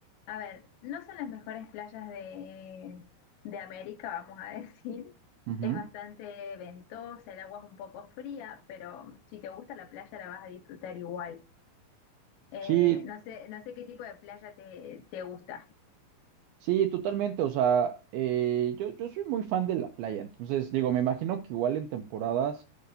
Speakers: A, on the left; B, on the right.
A: A ver, no son las mejores playas de, de América, vamos a <laughs> decir.
B: ujú.
A: Es bastante ventosa, el agua es un poco fría, pero si te gusta la playa la vas a disfrutar igual. Eh,
B: Sí,
A: no sé, no sé qué tipo de playa te, te gusta.
B: Sí, totalmente. O sea, eh, yo, yo soy muy fan de la playa. Entonces, digo, me imagino que igual en temporadas,